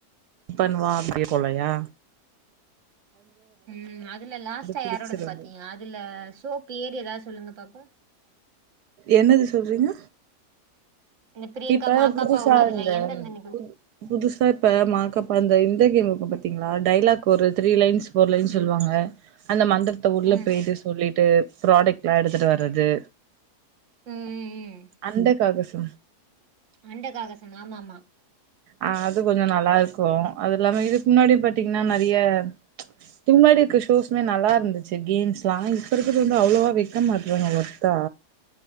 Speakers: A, on the right; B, on the right.
A: வின் பண்ணுவா அப்டி இருக்குலயா
B: ம் அதுல லாஸ்ட்டா
A: புடிச்சிருந்து
B: யாரோடது பாத்தீங்க அதுல சோப் பேர் எதாது சொல்லுங்க பாப்போ
A: என்னது சொல்றீங்க
B: இந்த பிரியங்கா
A: இப்ப
B: மாகாபா
A: புதுசா
B: உள்ளதுல
A: இந்த
B: எந்தெந்த நிகழ்ச்சி
A: புது புதுசா இப்ப மாகாபா இந்த இந்த கேம் இருக்கும் பார்தீங்களா டைலாக் ஒரு த்ரீ லைன்ஸ் போர் லைன்ஸ் சொல்லுவாங்க அந்த மாத்ரி த்த உள்ள
B: ம்
A: பேய்டு சொல்லிட்டு ப்ராடெக்ல்லா எடுத்துட்டு வர்றது
B: ம்
A: அண்டக்காகசம்
B: அண்டக்காகசுன் ஆமாமா
A: ஆ அது கொஞ்ச நல்லா இருக்கும் அது இல்லாம இதுக்கு முன்னாடி பாதீங்ன்னா நெறய <unintelligible> இருக்க ஷோஸ்மே நல்லா இருந்துச்சு கேம்ஸ்ல்லா இப்ப இருக்கறது வந்து அவ்ளோவா வெக்க மாட்டுறாங்க வொர்தா